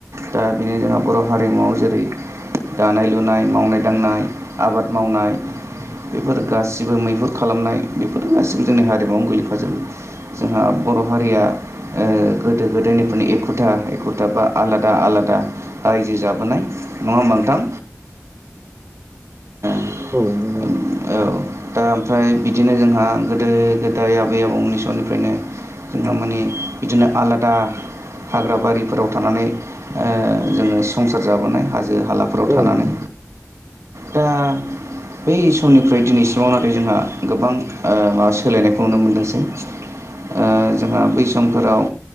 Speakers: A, on the right; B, on the right.
A: दा बेनो जोंहा बर' हारिमुआव जेरै दानाय लुनाय, मावनाय दांनाय, आबाद मावनाय बेफोर गासिबो मैहुर खालामनाय बेफोरजों गासिबो जोंनि हारिमुवाव गोग्लैयो जों जोंहा बर' हारिया गोदो-गोदायनिफ्रायनि एखुथा एखु था बा आलादा आलादा रायजो जाबोनाय नङा होमबा नोंथां <unintelligible>
B: औ नंगौ
A: औ दा ओमफ्राय बिदिनो जोंहा गोदो-गोदाय आबै-आबौमोननि समनिफ्राय फ्रायनो जोंहा मोने बिदिनो आला दा हाग्रा बारिफोराव थानानै ओह जोङो संसार जाबोनाय हाजो हालाफोराव
B: औ
A: थानानै
B: नंगौ। औ
A: दा बै समनिफ्राय दिनैसिमाव लागै जोंहा गोबां माबा सोलायनायखौ नुनो मोनदोंसै ओह जोंहा बै समफोराव